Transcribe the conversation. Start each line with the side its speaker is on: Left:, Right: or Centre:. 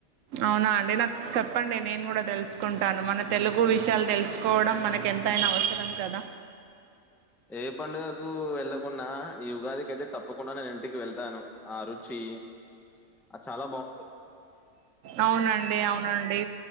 Right: అవునా అండి నాకు చెప్పండి నేను కూడా తెలుసుకుంటాను మన తెలుగు విషయాలు తెలుసుకోవడం మనకు ఎంతయినా అవసరం కదా
Centre: ఏ పండుగకు వెళ్ళకుండా ఈ ఉగాదికియితే తప్పకుండా నేను ఇంటికి వెళ్తాను ఆ రుచి అ చాలా బాగుంటది
Right: అవునండి అవునండి